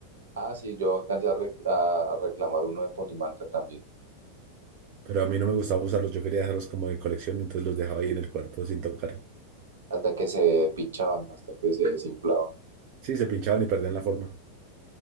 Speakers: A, on the right; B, on the right.
A: Ah, sí, yo alcancé a, rec- a reclamar uno de Ponimalta también.
B: Pero a mí no me gustaba usarlos, yo quería dejarlos como de colección, entonces los dejaba ahí en el cuarto sin tocar.
A: hasta que se pinchaban, hasta que se desinflaban.
B: Sí, se pinchaban y perdían la forma.